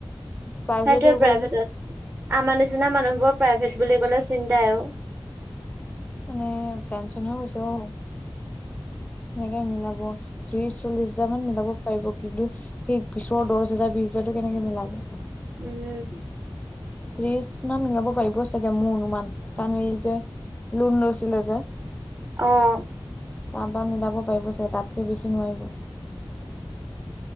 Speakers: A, on the left; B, on the right.
A: প্ৰাইভেট
B: সেইটোয়ে
A: হৈ
B: প্ৰাইভেটত
A: গ'ল যে
B: আমাৰ নিচিনা মানুহবোৰৰ প্ৰাইভেট বুলি ক'লে চিন্তাইও
A: মানে টেনচন হৈছে অ সেনেকে মিলাব ত্ৰিশ চল্লিশ হাজাৰ মান মিলাব পাৰিব কিন্তু সেই পিছৰ দহ হোজাৰ বিশ পিছৰটো কেনেকে মিলাব
B: উম
A: ত্ৰিশ মান মিলাব পাৰিব চাগে মোৰ অনুমান কাৰণ এই যে লোন লৈছিলে যে
B: আহ
A: তাৰপৰা মিলাব পাৰিব চ তাতকে বেছি নোৱাৰিব